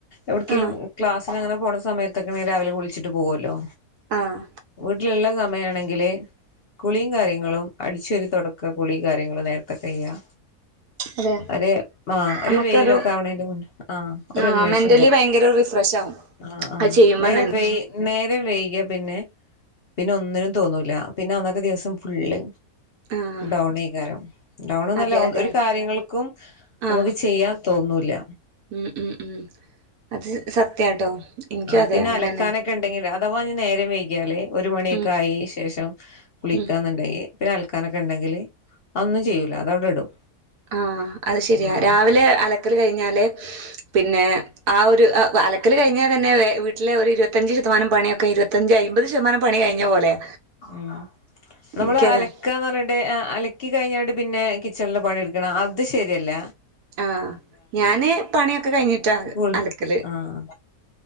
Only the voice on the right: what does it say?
ആഹ്
ആഹ്
അതെ
നമുക്കൊരു
ആഹ്
മെന്റലി
ഭയങ്കര റിഫ്രഷ് ആവും
അത് ചെയ്യുമ്പം
തന്നെ
ആഹ്
അതെ അതെ
ആഹ്
ഉം ഉം ഉം അത് സത്യാട്ടോ എനിക്കും
അതെ
അങ്ങനെന്നെ
ഉം
ഉം
ആഹ് അത് ശെരിയാ
രാവിലെ അലക്കല് കഴിഞ്ഞാല് പിന്നെ ആഹ് ഒരു അലക്കല് കഴിഞ്ഞാൽ തന്നെ വീട്ടിലെ ഒരു ഇരുപത്തഞ്ച് ശതമാനം പണിയൊക്കെ ഇരുപത്തഞ്ച് അയിമ്പത് ശതമാനം പണി കഴിഞ്ഞ പോലെയാ
എനിക്കതാ
ആഹ് ഞാന് പണിയൊക്കെ കഴിഞ്ഞിട്ടാ
അലക്കല്